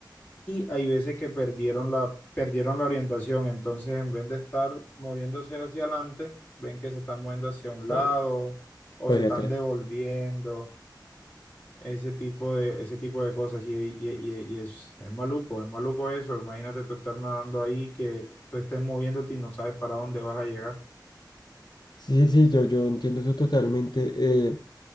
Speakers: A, on the left; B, on the left.
A: hay veces que perdieron la, perdieron la orientación, entonces en vez de estar moviéndose hacia adelante, ven que se están moviendo hacia un lado
B: oh,
A: o
B: pues
A: se
B: de
A: están
B: atrás.
A: devolviendo, ese tipo de, ese tipo de cosas. Y, y- y- y es, es maluco, es maluco eso. Imagínate tú estar nadando ahí, que tú estés moviéndote y no sabes para dónde vas a llegar.
B: Sí, sí, yo, yo entiendo eso totalmente. eh,